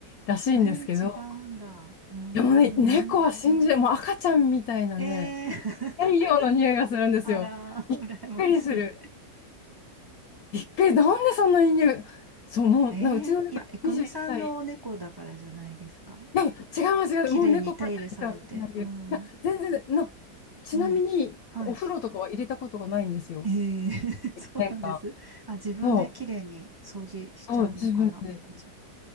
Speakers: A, on the left; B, on the right.
A: らしいんですけど、
B: えー、違うんだ。おー。
A: でもね、猫は信じ、もう赤ちゃんみたいなね、
B: ええ <laughs>
A: 太陽の匂いがするんですよ。
B: あら、
A: びっくりする。
B: 羨ましい。
A: びっくり、なんでそんなに匂そう、もう、
B: ええいや、
A: なうちの猫21歳。
B: いくみさんのお猫だからじゃないですか。
A: いやいや、違います、違います、
B: 綺麗に手入れされて。
A: もう猫飼ってる人はみんな言う。
B: うん。
A: いや、全然、な、ちなみに、
B: ねえ。はい。
A: お風呂とかは入れたことがないんですよ。
B: ええ <laughs> そうなんです。
A: 年間。
B: あ、自分で綺麗に掃除しちゃうのかな、
A: そう、そう、自分で。
B: 猫ちゃん。